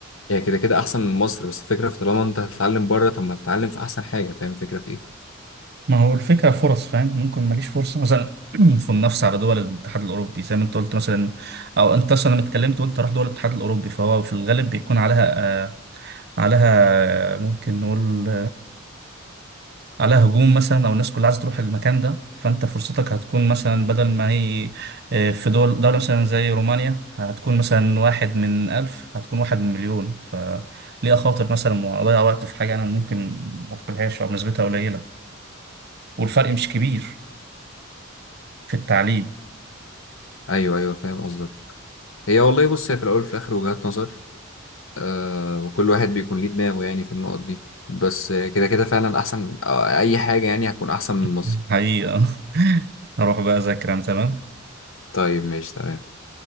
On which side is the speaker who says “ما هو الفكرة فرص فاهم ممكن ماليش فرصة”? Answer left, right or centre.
Right